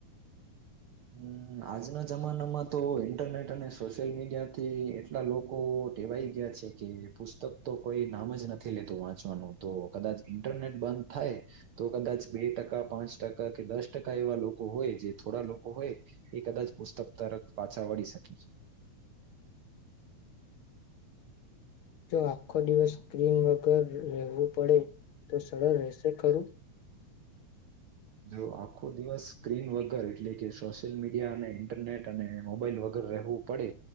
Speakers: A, on the right; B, on the left.
A: હ આજના જમાનામાં તો ઈન્ટરનેટ અને સોશિયલ મીડિયા થી એટલા લોકો ટેવાય ગયા છે કે પુસ્તક તો કોઈ નામ જ નથી લેતું વાંચવાનું તો કદાચ ઈન્ટરનેટ બંધ થાય તો કદાચ બે ટકા પાંચ ટકા કે દસ ટકા એવા લોકો હોય જે થોડા લોકો કો હોય એ કદાચ પુસ્તક તરફ પાછા વળી શકે
B: જો આખો દિવસ સ્ક્રીન વગર રહેવું પડે તો સરળ રહેશે ખરું
A: જો આખો દિવસ સ્ક્રીન વગર એટલે કે સોશિયલ મીડિયા અને ઈન્ટરનેટ અને મોબાઈલ વગર રહેવું પડે